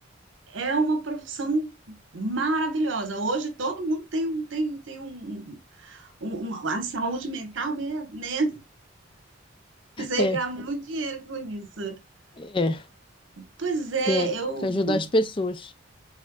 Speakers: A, on the right; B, on the left.
A: é uma profissão maravilhosa. Hoje todo mundo tem, um- tem, tem um, um- um- a saúde mental, né? né? Você
B: É,
A: ganha <laughs> muito dinheiro com isso.
B: é,
A: Pois é,
B: é,
A: eu,
B: para ajudar as pessoas.